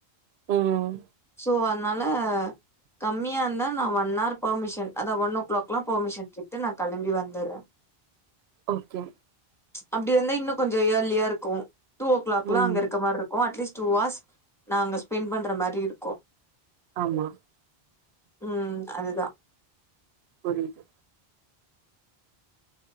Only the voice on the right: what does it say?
ம்
ஓகே
ம்
ஆமா
புரிது